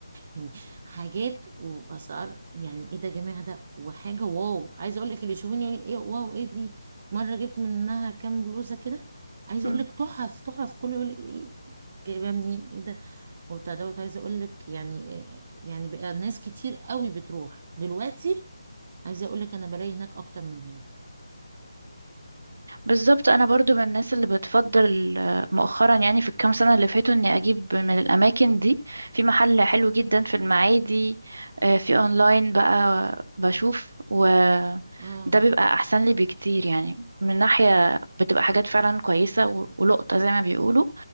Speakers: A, on the right; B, on the right.
A: يعني حاجات وبأسعار يعني ايه ده يا جماعه ده وحاجه واو عايزه اقول لك اللي يشوفوني يقول ايه واو ايه دي مره جبت منها كام بلوزه كده عايزه
B: اه
A: اقول لك تحف تحف كله يقول لي ايه جايبها منين ايه ده وبتاع دوت عايزه اقول لك يعني يعني بقى ناس كتير قوي بتروح دلوقتي عايزه اقول لك انا بلاقي هناك اكتر من هنا
B: بالظبط انا برضو من الناس اللي بتفضل آه، مؤخرا يعني في الكام سنه اللي فاتوا اني اجيب من الاماكن دي في محل حلو جدا في المعادي آه، في اونلاين بقى بشوف وده
A: اه
B: بيبقى احسن لي بكتير يعني من ناحيه بتبقى حاجات فعلا كويسه و- ولقطه زي ما بيقولوا